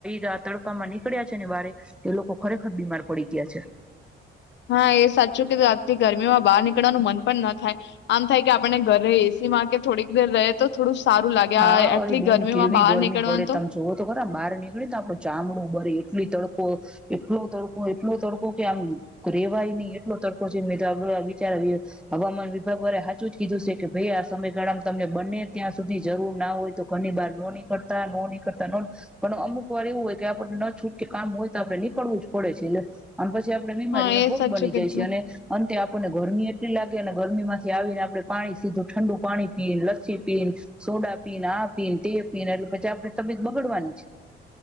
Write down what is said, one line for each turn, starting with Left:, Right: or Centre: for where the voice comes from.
Centre: તડકામાં નીકળ્યા છે ને બારે એ લોકો ખરેખર બીમાર પડી ગયા છે.
Left: હા એ સાચું કીધું આજથી ગરમીમાં બહાર નીકળવાનું મન પણ ન થાય. આમ થાય કે આપણને ઘરે એસી માં કે થોડીક દેર રહે તો થોડું સારું લાગે
Centre: હા
Left: આ આટલી
Centre: અરે બેન
Left: ગરમીમાં
Centre: કેવી
Left: બહાર
Centre: ગરમી
Left: નીકળવાનું
Centre: પડે
Left: તો
Centre: તમે જોવો તો બહાર નીકળીને તો આપણું ચામડું બરે એટલી તડકો એટલો તડકો એટલો તડકો કે આમ રેવાય નહી એટલો તડકો છે મે તો વિચાર હવામાન વિભાગ વારાએ હાચું જ કીધું છે કે ભાઈ આ સમયગાળામાં તમને બંને ત્યાં સુધી જરૂર ના હોય તો ઘરની બાર નો નીકળતા નો નીકળતા નો પણ અમુક વાર એવું હોય કે આપણને ન છૂટકે કામ હોય તો આપણે નીકળવું જ પડે છે અને પછી જે આપણે બીમારીનો
Left: હા એ
Centre: ભોગ
Left: સાચું
Centre: બની
Left: કીધું
Centre: જઈ છે. અને અંતે આપ આપણને ગરમી એટલી લાગે અને ગરમીમાંથી આવી ને આપણે પાણી સીધું ઠંડુ પાણી પી, ને લસ્સી પીને સોડા પીને, આ પીને, તે પીને એટલે પછી આપણે તબિયત બગડવાની જ